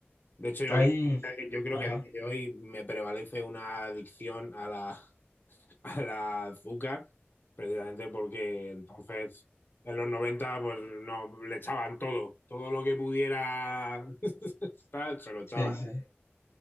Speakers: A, on the left; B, on the left.
A: De hecho, yo
B: Ahí.
A: creo, yo creo
B: Ajá.
A: que a día de hoy me prevalece una adicción a la, <laughs> a la azúcar, precisamente porque entonces en los 90 pues no le echaban todo, todo lo que pudiera <laughs> estar, se lo echaban.
B: Sí, sí.